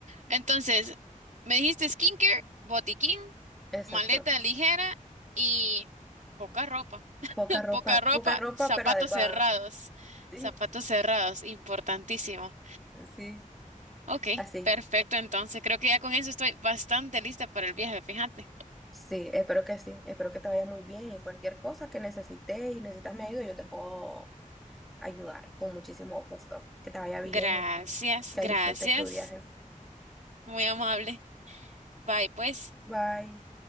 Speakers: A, on the right; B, in the centre.
A: Entonces, me dijiste skincare, botiquín,
B: Exacto.
A: maleta ligera y poca ropa. <laughs>
B: Poca ropa,
A: Poca ropa,
B: poca ropa,
A: zapatos
B: pero adecuada.
A: cerrados.
B: Sí,
A: Zapatos cerrados, importantísimo.
B: sí,
A: Ok,
B: así.
A: perfecto. Entonces, creo que ya con eso estoy bastante lista para el viaje, fíjate.
B: Sí, espero que sí, espero que te vaya muy bien y cualquier cosa que necesites y necesitas mi ayuda, yo te puedo ayudar con muchísimo gusto. Que te vaya bien,
A: Gracias,
B: que
A: gracias.
B: disfrutes tu viaje.
A: Muy amable. Bye, pues.
B: Bye.